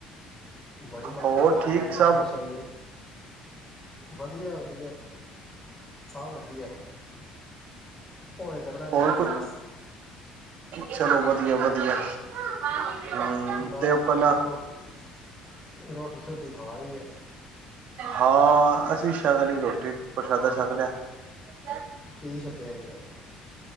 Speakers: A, on the left; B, on the right.
A: ਬੜੀ ਵਾਰ
B: ਹੋਰ
A: ਤੂਫਾਨ
B: ਠੀਕ
A: ਆ ਬਾਰਿਸ਼
B: ਸਭ
A: ਆਈਏ ਵਧੀਆ ਵਧੀਆ ਸਭ ਵਧੀਆ ਹੋਏ ਕਰਦਾ
B: ਹੋਰ
A: ਟਾਈਮ
B: ਕੋ
A: ਪਾਸ
B: ਚਲੋ ਵਧੀਆ ਵਧੀਆ <unintelligible>
A: <inaudible>
B: ਤੇ ਆਪਣਾ
A: ਰੋਟੀ ਛੋਟੀ ਖਾ ਲਈ ਹੈ
B: ਹਾਂ ਅਸੀਂ ਸ਼ਾਇ ਲਈ ਰੋਟੀ <unintelligible>
A: ਕੀ ਛਕਿਆ ਸੀ ਯਾਰ